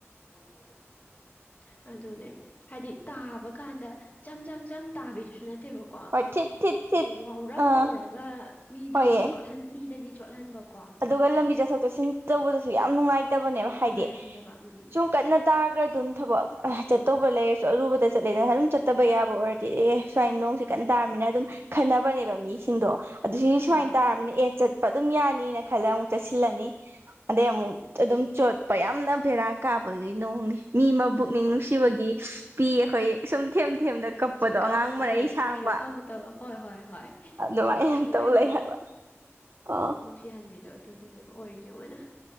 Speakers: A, on the left; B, on the right.
A: <inaudible> ꯑꯗꯨꯅꯦ ꯍꯥꯏꯗꯤ ꯇꯥꯕ ꯀꯥꯟꯗ ꯆꯝ ꯆꯝ ꯆꯝ ꯇꯥꯕꯤꯗꯨꯁꯨ ꯅꯠꯇꯦ ꯇꯕꯣ <unintelligible> ꯀꯣ
B: ꯍꯣꯏ ꯊꯤꯠ ꯊꯤꯠ ꯊꯤꯠ
A: ꯋꯥꯎꯔꯞ
B: ꯑꯥ
A: ꯇꯧꯔꯒ ꯃꯤꯗꯤ
B: ꯍꯣꯏꯌꯦ
A: ꯁꯤꯠ ꯃꯤꯗꯗꯤ ꯆꯣꯠꯍꯟꯕꯀꯣ
B: ꯑꯗꯨꯒ ꯂꯝꯕꯤ ꯆꯠꯊꯣꯛ ꯆꯠꯁꯤꯟ ꯇꯧꯕꯗꯁꯨ ꯌꯥꯝ ꯅꯨꯡꯉꯥꯏꯇꯕꯅꯦꯕ
A: ꯅꯨꯡꯉꯥꯏꯍꯟꯗꯕ
B: ꯍꯥꯏꯗꯤ
A: ꯎꯝ
B: ꯁꯨꯝ ꯀꯟꯅ ꯇꯥꯈ꯭ꯔꯗꯨꯝ ꯊꯕꯛ ꯆꯠꯇꯧꯕ ꯂꯩꯔꯁꯨ ꯑꯔꯨꯕꯗ ꯆꯠꯂꯦꯗ ꯑꯗꯨꯝ ꯆꯠꯇꯕ ꯌꯥꯕ ꯑꯣꯏꯔꯗꯤ ꯑꯦ ꯁꯨꯃꯥꯏꯅ ꯅꯣꯡꯁꯤ ꯀꯩꯟꯅ ꯇꯥꯔꯕꯃꯤꯅ ꯑꯗꯨꯝ ꯈꯟꯅꯕꯅꯦꯕ ꯃꯤꯁꯤꯡꯗꯣ ꯑꯗꯨ ꯁꯤ
A: ꯍꯣꯏ
B: ꯁꯨꯃꯥꯏꯅ ꯇꯥꯔꯕꯅꯤꯅ ꯑꯦ ꯆꯠꯄ ꯑꯗꯨꯝ ꯌꯥꯅꯤꯅ ꯈꯜꯂ ꯑꯃꯨꯛ ꯆꯠꯁꯤꯜꯂꯅꯤ ꯑꯗꯩ ꯑꯃꯨꯛ
A: ꯎꯝ
B: ꯑꯗꯨꯝ ꯆꯣꯠꯄ ꯌꯥꯝꯅ ꯚꯦꯔꯥ ꯀꯥꯞꯄꯗꯤ ꯅꯣꯡꯅꯤ ꯃꯤ ꯃꯕꯨꯛꯅꯤꯡ
A: ꯃꯥꯅꯦ
B: ꯅꯨꯡꯁꯤꯕꯒꯤ ꯄꯤ ꯑꯩꯈꯣꯏ ꯁꯨꯝ ꯊꯦꯝ ꯊꯦꯝꯗ ꯀꯛꯄꯗꯣ
A: ꯁꯨꯡꯀꯝ
B: ꯑꯉꯥꯡ
A: ꯑꯦ
B: ꯃꯔꯩ ꯁꯥꯡꯕ
A: ꯀꯩꯅꯣ ꯇꯧꯗꯕ ꯍꯣꯏ ꯍꯣꯏ ꯍꯣꯏ
B: ꯑꯗꯨꯃꯥꯏꯅ
A: ꯁꯨꯡꯂꯣꯏ
B: ꯇꯧ ꯂꯩ ꯍꯥꯏꯕ ꯑꯣ
A: ꯄꯤꯍꯟꯕꯤꯗꯣ ꯑꯗꯨꯗꯨꯅꯦꯕ ꯑꯣꯏꯔꯤꯁꯦ ꯃꯣꯏꯅ